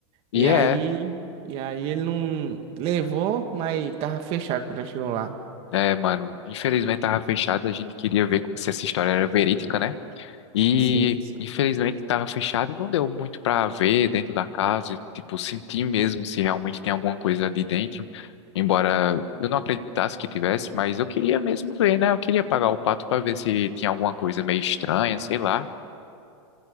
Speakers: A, on the left; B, on the right.
A: E
B: E aí,
A: é,
B: e aí ele não levou, mas tava fechado quando eu chegou lá.
A: é, mano. Infelizmente tava fechado, a gente queria ver se essa história era verídica, né? E
B: Sim, sim,
A: infelizmente estava fechado e não deu muito para ver dentro da casa, e, tipo, sentir mesmo se realmente tem alguma coisa ali dentro. Embora eu não acreditasse que tivesse, mas eu queria mesmo ver, né? Eu queria pagar o pato para ver se tinha alguma coisa meio estranha, sei lá.